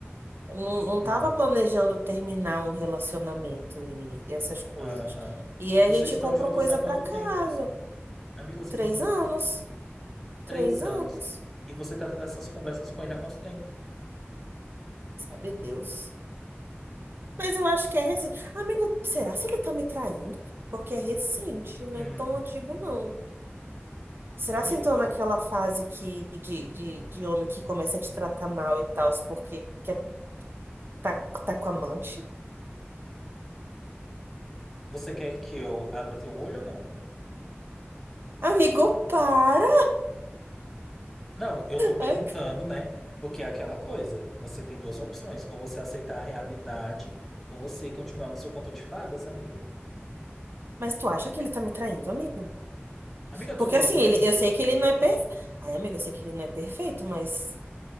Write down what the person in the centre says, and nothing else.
Hum,
aham.
E vocês
estão
juntos
há quanto
tempo, Sam? Amiga, vocês
estão juntos
há quanto tempo? Três
anos. E você tá tendo essas conversas com ele há quanto tempo?
Hum,
amiga,
você quer que eu abra teu olho ou não?
Não, eu tô perguntando,
né? Porque é aquela coisa. Você tem duas opções. Ou você aceitar a realidade, ou você continuar no seu conto de fadas, amiga.
Amiga, tu
tem
dúvida?